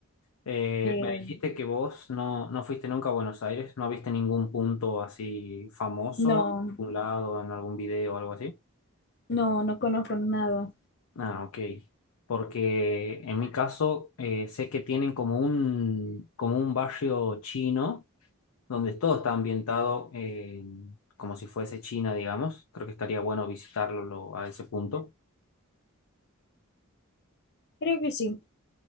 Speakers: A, on the left; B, on the left.
A: Eh,
B: Eh,
A: me dijiste que vos no, no fuiste nunca a Buenos Aires, no viste ningún punto así famoso,
B: no.
A: en algún lado, en algún video o algo así.
B: No, no conozco nada.
A: Ah, ok. Porque en mi caso eh, sé que tienen como un, como un barrio chino donde todo está ambientado eh, como si fuese China, digamos. Creo que estaría bueno visitarlo lo- a ese punto.
B: Creo que sí.